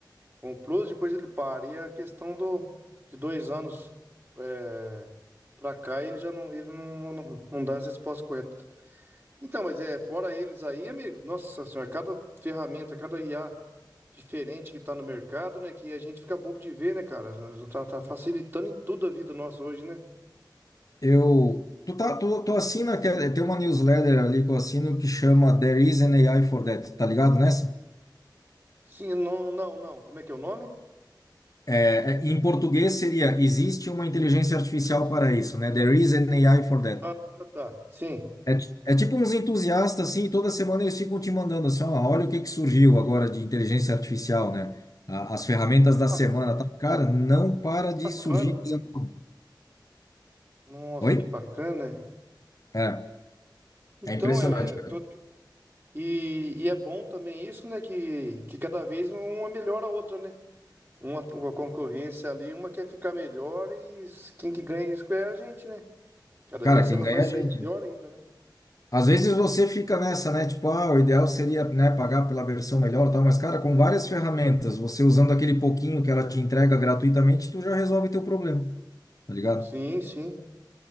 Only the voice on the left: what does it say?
Eu, tu tá, tu, tu assina, que- é, tem uma newsletter ali que eu assino que chama There is an AI for that, tá ligado nessa?
É, é, em português seria, existe uma inteligência artificial para isso, né? There is an AI for that.
É, ti- é tipo uns entusiastas, assim, e toda semana eles ficam te mandando assim, ó, olha o que que surgiu agora de inteligência artificial, né? A- As ferramentas da semana,
tá? Cara, não para de
surgir. coisa nova.
Oi?
É,
é impressionante,
cara.
Cara,
quem
ganha
é
a gente.
Às vezes você fica nessa, né? Tipo, ah, o ideal seria, né, pagar pela versão melhor, e tal, mas, cara, com várias ferramentas, você usando aquele pouquinho que ela te entrega gratuitamente, tu já resolve teu problema. tá ligado?